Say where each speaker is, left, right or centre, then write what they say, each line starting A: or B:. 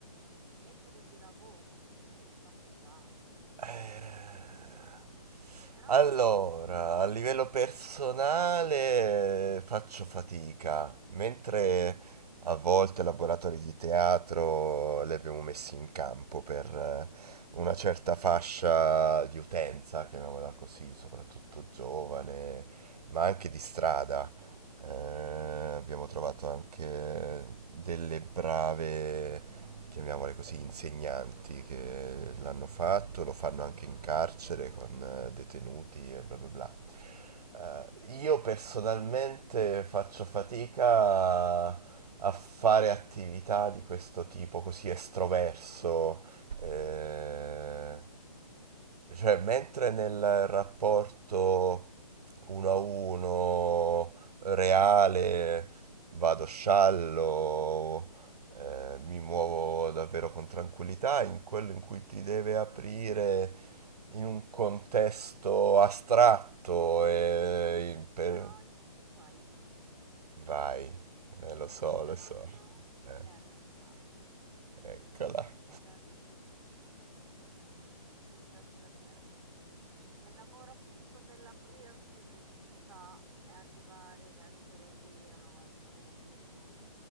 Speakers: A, on the right; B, on the right.
A: metodo di lavoro, non so se lo fate già in
B: Eh,
A: questo senso, però,
B: Allora, a livello personale eh, faccio fatica, mentre a volte laboratori di teatro li abbiamo messi in campo per eh, una certa fascia di utenza, chiamiamola così, soprattutto giovane, ma anche di strada. Eh, abbiamo trovato anche delle brave, chiamiamole così, insegnanti che l'hanno fatto, lo fanno anche in carcere con eh, detenuti
A: sì.
B: e bla bla bla. Eh, io personalmente faccio fatica a, a fare attività di questo tipo così estroverso. eh, cioè, mentre nel rapporto uno a uno reale, vado sciallo, eh, mi muovo davvero con tranquillità, in quello in cui ti deve aprire in un contesto
A: Eh,
B: astratto e in- per-
A: però invece qua io ti fermo,
B: vai, eh,
A: perché
B: lo so,
A: il teatro
B: lo so, Eh,
A: è realtà, non
B: eccola.
A: c'è niente di più tangibile, tesoro. Mi spiace per te. È il lavoro appunto dell'aprirsi che ti fa arrivare ad essere vero al pubblico,